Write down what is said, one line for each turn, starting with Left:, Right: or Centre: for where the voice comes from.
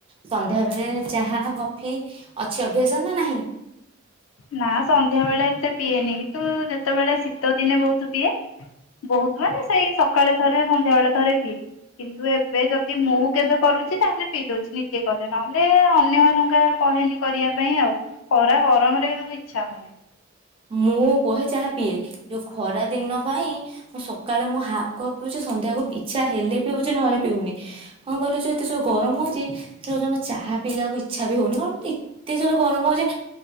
Right: ସନ୍ଧ୍ୟା ବେଳେ ଚାହା କଫି ଅଛି ଅଭ୍ୟାସ ନା ନାହିଁ।
Left: ନା ସନ୍ଧ୍ୟା ବେଳେ ଏତେ ପିଏନି ତୁ ଯେତେବେଳେ ଶୀତ ଦିନେ ବହୁତ ପିଏ ବହୁତ ମାନେ ସେଇ ସକାଳେ ଥରେ। ସନ୍ଧ୍ୟାବେଳେ ଥରେ ପିଏ କିନ୍ତୁ ଏବେ ଯଦି ମୁଁ କେବେ କରୁଛି ତାହେଲେ ପିଏ। ଉଛି ନିଜେ କଲେ ନା ଲେ ଅନ୍ୟମାନାନଙ୍କ କହେନି କରିବା ପାଇଁ ଆଉ ଖରା ଗରମ ସେମ୍ ଇଚ୍ଛା ମୋର
Right: ମୁଁ ବହେ ଚାହା ପିଏ ଯୋଉ ଖରା ଦିନ ପାଇଁ ମୁଁ ସକାଳେ ମୁଁ ହାଫ୍ କପ୍ ପିଉଛି ସନ୍ଧ୍ୟାକୁ ଇଛା ହେଲେ ପିଉଛି ନହେଲେ ପିଉନି କଣ କହିଲି ଯୋଉ ଏତେ ଯୋଉ ଗରମ ହଉଛି ସେ ଚାହା ପିଇବାକୁ ଇଚ୍ଛା ବି ହଉନି କ ଏତେ ଯୋଉ ଗରମ ହଉଛି